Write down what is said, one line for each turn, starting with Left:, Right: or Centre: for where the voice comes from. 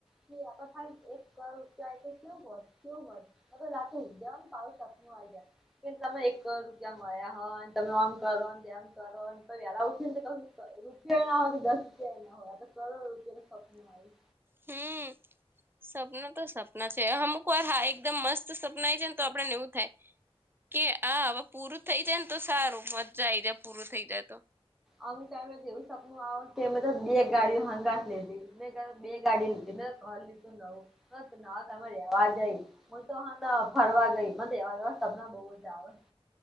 Centre: કે અપર થાય એક <unintelligible> જાય તો કેવુ હોત? કેવુ હોત? હવે લાખો રૂપિયા હોય ને પાહુ સપનું આવ્યુ એ તમને એક કરોડ રૂપિયા મળ્યા હોય ને તમે આમ કરોને તેમ કરોને, પણ વહેલા ઉઠીએને તો કશું રૂપિયો એ ના હોય કે દસ રૂપિયા એ ન હોય. હ, આતો કરોડ રૂપિયાનું સપનું આયુ.
Right: હમ. સપના તો સપના છે. અમુક વાર, હા, એકદમ મસ્ત સપના આઈ જાય ને તો આપનને એવું થાય. કે આ હવ પૂરું થઈ જાય ન તો સારું, મજા આઈ જાય, પૂરું થઈ જાય તો!
Centre: અમુક ટાઇમે તો એવું સપનું આવે કે બધા બે ગાડી હંગાથ લીધી. તમે તો બે ગાડી લીધીને! મે ઘર લીધું નવું, ન નવા ઘરમાં રેવા ગઈ. હું તો હ ન ફરવા ગઈ, મન તો એવા એવા સપના બહુ જ આવે!